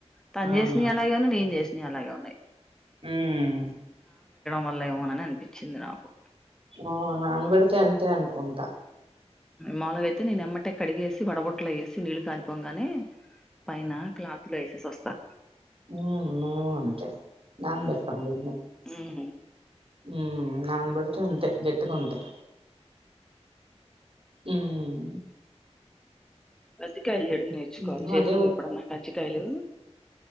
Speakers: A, in the centre; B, on the right.
A: తన్
B: అవునా
A: చేసినయ్ అలాగే ఉన్నాయి నేన్ చేసినయ్ అలాగే ఉన్నాయి.
B: హ్మ్
A: మళ్ల ఏమోనని అనిపించ్చింది నాకు.
B: ఆ నానబెడితే అంతే అనుకుంటా.
A: మాములుగయితే నేను ఎమ్మటే కడిగేసి వడబుట్టలో వేసి నీళ్లు కారిపోంగానే పైన క్లాత్లో వేసేసి వస్తా.
B: ఉ మేము అంతే నాన్ బెట్టం బియ్యం.
A: ఉమ్.
B: ఉ నానబడితే అంతే గట్టిగుంటయ్. ఉమ్
A: కజ్జికాయలు చెడు నేర్చుకోవాలి
B: నేను
A: చేసావా
B: అదే
A: ఎప్పుడన్నా కజ్జికాయలు.